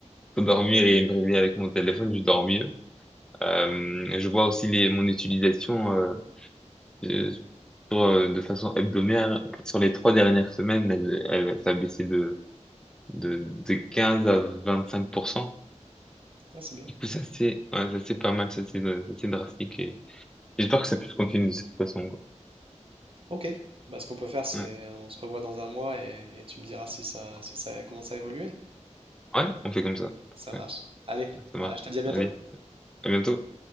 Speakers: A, in the centre; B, on the right.
A: Pour dormir et me réveiller avec mon téléphone, je dors mieux. Euh, je vois aussi les, mon utilisation, euh, Euh, sur, euh, de façon hebdomadaire, sur les trois dernières semaines, elle, elle, ça a baissé de, de, de quinze à vingt-cinq pour cent
B: Ah, c'est bien.
A: Du coup, ça c'est, ouais, ça c'est pas mal, ça c'est, ça c'est drastique et j'espère que ça puisse continuer de cette façon, quoi.
B: Ok. Bah, ce qu'on peut faire, c'est
A: Ouais.
B: euh, on se revoit dans un mois et, et tu me diras si ça, si ça commence à évoluer.
A: Ouais, on fait comme ça.
B: Ça marche.
A: Ouais,
B: Allez,
A: ça
B: ah,
A: marche.
B: je te dis à bientôt.
A: Allez, à bientôt.